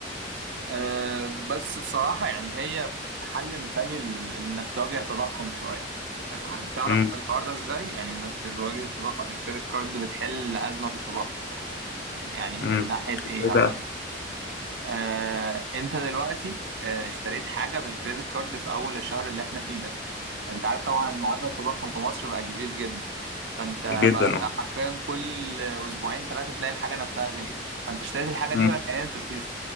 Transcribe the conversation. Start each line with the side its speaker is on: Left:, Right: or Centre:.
Right: أه بس بصراحة يعني هي حل مثالي ل- لإنك تواجه التضخم شوية أه، تعرف
Left: امم
Right: الحوار ده إزاي؟ يعني إنك تواجه التضخم الكريدت كارد بتحل أزمة في التضخم يعني
Left: امم
Right: من ناحية إيه
Left: ازاي بقى
Right: هقول لك أه أنت دلوقتي أه، اشتريت حاجة بالكريدت كارد في أول الشهر اللي إحنا فيه ده انت عارف طبعا معدل التضخم في مصر بقى كبير جدا فانت بقى
Left: جدا
Right: تمام
Left: اه
Right: بقى حرفيا كل اسبوعين ثلاثه تلاقي الحاجه نفسها غليت فانت اشتريت الحاجه دي
Left: أمم.
Right: وقت اعلان ترخيصه